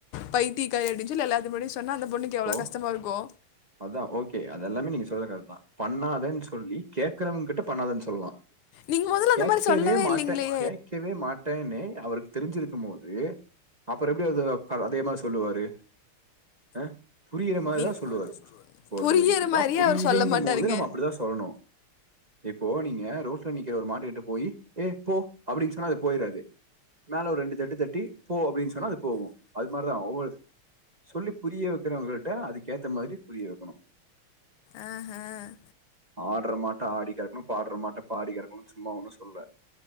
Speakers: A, on the left; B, on the right.
A: பை <unintelligible> எல்லாத்து முன்னாடி சொ சொன்னா அந்த பொண்ணுக்கு
B: இப்போ
A: எவ்ளோ கஷ்டமா இருக்கு
B: அதான் ஓகே அது எல்லாமே நீங்க சொல்றது கரெக்டு தான் பண்ணாதேன்னு சொல்லி கே்கறவங்க கிட்ட பண்ணாதேன்னு சொல்லுவலான்
A: நீங்க மொதல்ல
B: கேகவே
A: அந்த மாரி சொல்லவே
B: மாட்டேன்
A: இல்லைங்களே
B: கேட்கவே மாட்டேன்னே அவருக்கு தெரிஞ்சிருக்கும் போது அப்புறம் எப்படி அது அதே மாதிரி சொல்லுவாரு அஹ புரியிற மாதிரி
A: நீங்
B: தான் சொல்லுவாரு ஒருத்தங்களுக்கு
A: புரியிற
B: இப்படித்தான்
A: மாரியே
B: புரியுதுங்கும்
A: அவர் சொல்ல மாட்டாருங்க
B: போது நம்ம அப்படித்தான் சொல்லணும் இப்போ நீங்க ரோட்ல நிக்கிற ஒரு மாட்டு கிட்ட போய் ஏ போ அப்படின்னு சொன்னா அது போயிறாது மேல ஒரு ரெண்டு தட்டு தட்டி போ அப்படின்னு சொன்னா அது போவும் அது மாதிரிதான் ஒவ்வொரு சொல்லி புரிய வைக்கிறவங்களிட்ட அதுக்கேத்த மாதிரி புரிய வைக்கணும்
A: ஆஹ் ஆஹ்
B: ஆடுற மாட்ட ஆடி கறக்கணும் பாடுற மாட்ட பாடி கறக்கணும் சும்மா ஒண்ணும் சொல்ல